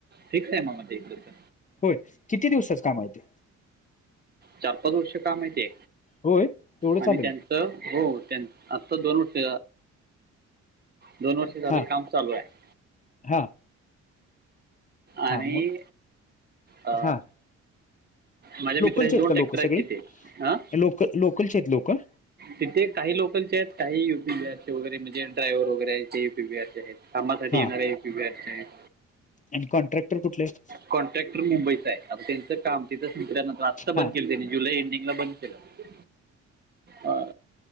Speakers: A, on the right (about 35°); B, on the left (about 25°).
A: फिक्स आहे म म तिकड.
B: होय किती दिवसात काम माहिय?
A: चार पाच वर्ष कामहिती
B: होय, एवढं चालेल?
A: आणि त्यां हो त्यां आता दोन वर्ष. दोन वर्ष झालं
B: हां,
A: काम चालू आहे.
B: हां,
A: आणि
B: हां. मग
A: अ
B: हां.
A: माझ्या
B: लोकलचे
A: मित्राशी दोन
B: का
A: ट्रॅक्टर
B: लोकं सगळी?
A: आहेत तिथे ह
B: लोक लोकलचे आहेत लोकं?
A: तिथे काही लोकलचे आहेत काही युपीबीआर चे वगैरे म्हणजे डायव्हर वगैरे आहेत ते यपीबीआरचे आहेत. सम साटी
B: हां.
A: न यप पयारच.
B: आणि कॉन्ट्रॅक्टर कुठले आहेत.
A: कॉन्ट्रॅक्टर मुंबईचं आहे आता त्यांचं काम तिथंच निघल्यानंतर आत्ता बंद
B: हां,
A: केलं त्यांनी. जुलै एंडिंगला बंद केलं हा.